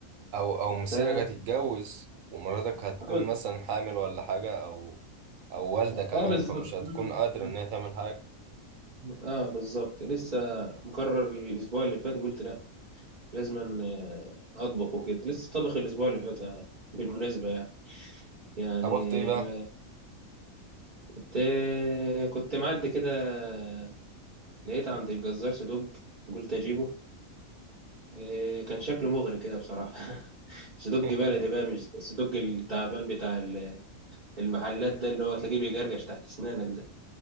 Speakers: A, on the right; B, on the right.
A: او او مسيرك
B: فاهم
A: هتتجوز ومراتك هتكون
B: اه بالظبط
A: مثلا حامل ولا حاجه او او والده كمان
B: اه بالظبط
A: فمش هتكون
B: مم.
A: قادره
B: مم.
A: ان هي تعمل حاجه
B: اه بالظبط لسه مقرر الاسبوع اللي فات قلت لا لازم أن- آه، اطبخ وكده لسه طبخ الاسبوع اللي فات آه، بالمناسبه يعني يعني
A: طبخت ايه بقى
B: آه، كنت آه، كنت معدي كده آه، لقيت عند الجزار صدوج قلت اجيبه آه، كان شكله مغري كده بصراحه <laughs> صدوج
A: <laughs>
B: بلدي بقى مش الصدوج التعبان بتاع ال- المحلات ده اللي هو تلاقيه بيجرجش تحت اسنانك ده